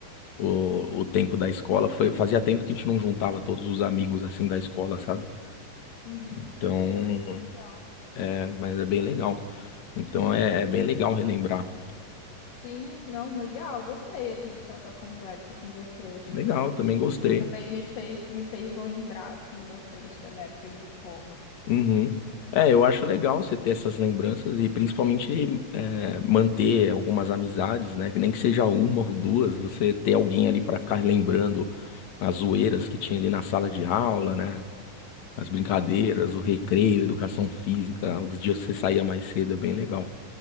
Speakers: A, on the left (about 65°); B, on the left (about 85°).
A: o, o tempo da escola. Foi, fazia tempo que a gente não juntava todos os amigos assim da escola, sabe?
B: Uhum.
A: Então,
B: Ai, que legal.
A: é, mas é bem legal. Então
B: Sim.
A: é, é bem legal relembrar.
B: Sim, não, legal. Gostei, assim, de ter essa conversa com você. Acho
A: Legal,
B: que
A: também gostei.
B: também me fez, me fez lembrar, assim, bastante da minha época de escola.
A: Uhum. É, eu acho legal você ter essas lembranças e principalmente é, manter algumas amizades, né? Que nem que seja uma ou duas, você ter alguém ali
B: Sim,
A: para ficar lembrando as zoeiras que tinha ali na sala de aula, né? As brincadeiras,
B: sim.
A: o recreio, educação física, os dias que você saía mais cedo, é bem legal.